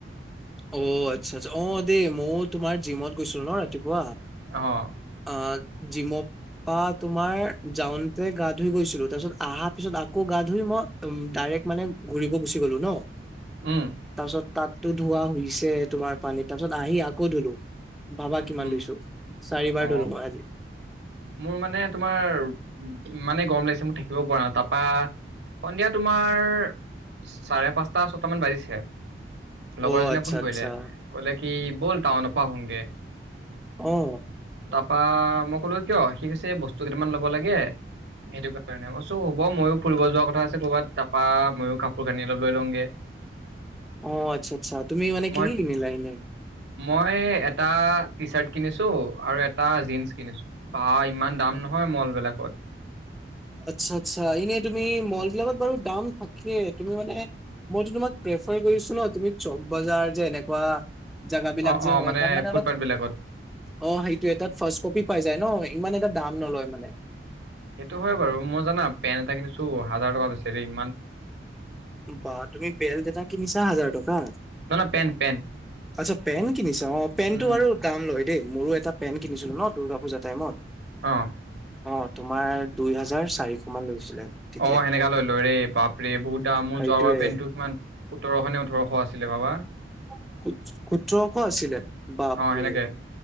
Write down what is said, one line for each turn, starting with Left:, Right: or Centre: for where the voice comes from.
Centre: অহ, আচ্ছা আচ্ছা। অহ, দেই মইয়ো তোমাৰ জিমত গৈছিলো ন' ৰাতিপুৱা।
Right: অহ।
Centre: অহ, জিম তাৰপা তোমাৰ যাওঁনতে গা ধুই গৈছিলোঁ, তাৰপিছত অহা পিছত আকৌ গা ধুই মই উম, ডাই এক মানে ঘূৰিব গুচি গ'লো ন'।
Right: উম
Centre: তাৰপিছত তাতটো ধোৱা হৈছে তোমাৰ পানীত, তাৰপিছত আহি আকৌ ধুলো। ভাবা
Right: উম
Centre: কিমান
Right: উম
Centre: ধুইছোঁ, চাৰিবাৰ
Right: অ
Centre: ধলো মই আজি।
Right: মোৰ মানে তোমাৰ ইমানে গৰম লাগিছে মোৰ, থাকিব পৰা নাই তাৰপা সন্ধিয়া তুমি তোমাৰ চাৰে পাঁচটা ছয়টা মান বাজিছে। লগৰ
Centre: অ
Right: এজনীয়ে
Centre: আচ্ছা
Right: ফোন
Centre: আচ্ছা
Right: কৰিলে, ক'লে কি ব'ল টাউনৰ পাৰা আহোগে।
Centre: অহ।
Right: তাৰপা মই ক'লো কিয়? সি কৈছে বস্তু কেইটামান ল'ব লাগে। সেইটো কাৰণে মই চ' হ'ব মইয়ো ফুৰিব যোৱাৰ কথা আছে ক'বাত তাৰপা মইয়ো কাপোৰ কানি অলপ লৈ লওঁগে।
Centre: অহ, আচ্ছা আচ্ছা। তুমি মানে
Right: মই
Centre: কি কি কিনিলা এনেই?
Right: মই এটা টি চাৰ্ট কিনিছোঁ আৰু এটা জীন্স। কিনিছোঁ বা ইমান দাম নহয় মলবিলাকত।
Centre: আচ্ছা, আচ্ছা, এনে তুমি মল বিলাকত বাৰু দাম থাকিয়ে তুমি মানে মলো তোমাক ছ ন তুমি চক বজাৰ যে এনেকুৱা জাগ বিলাক
Right: অ
Centre: যে
Right: অ
Centre: হয় তাত মানে
Right: ফুটপাথ
Centre: অলপ
Right: বিলাকত
Centre: অ সেইটোয়ে তাত ফাৰ্ষ কপি পাই যায় ন। ইমান এটা দাম নলয় মানে।
Right: সেইটো হয় বাৰু মই জানা পেণ্ট এটা কিনিছো হাজাৰ টকা লৈছে দেৰিম।
Centre: বা তুমি বেল যেটা কিনিছা হাজাৰ টকা।
Right: নহয় নহয় পেন্ট পেন্ট
Centre: আচ্ছা পেন কিনিছা অ পেনটটো
Right: উম
Centre: আৰু দাম লয়। দেই মোৰো এটা পেন কিনিছিলো ন দুৰ্গা পূজা টাইমত।
Right: অ',
Centre: অ', তোমাৰ দুই হাজাৰ চাৰিশ মান লৈছিলে। তেতিয়া
Right: অ', এনেকা লৈ লৈ ৰে। পাপৰে বহুত দাম মোৰ
Centre: সেইটোৱে
Right: যোৱাবাৰ পেণ্টটো ইমান সোতৰশ নে ওঠৰশ আছিলে ভাবা।
Centre: <unintelligible> আছিলে বাপৰি।
Right: অ সেনেকে